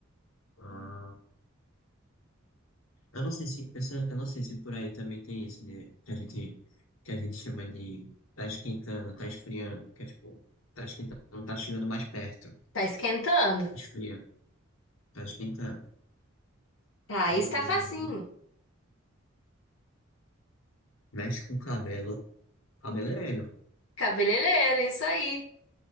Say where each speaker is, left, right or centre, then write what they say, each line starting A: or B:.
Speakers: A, on the left; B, on the left.
A: Ah. Eu não sei se, eu, sei- eu não sei se por aí também tem isso de, que a gente, que a gente chama de tá esquentando, tá esfriando, que é tipo, tá esquentando, tá chegando mais perto,
B: Tá esquentando.
A: esfriando, tá esquentando.
B: Tá,
A: Hum,
B: esse tá facinho.
A: mexe com o cabelo, cabeleireiro,
B: Cabeleireiro, isso aí.